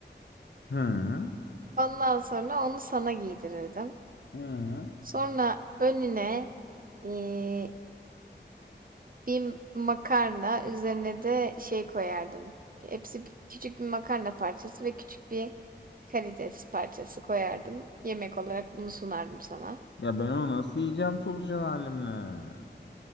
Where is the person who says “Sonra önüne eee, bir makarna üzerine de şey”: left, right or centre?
Right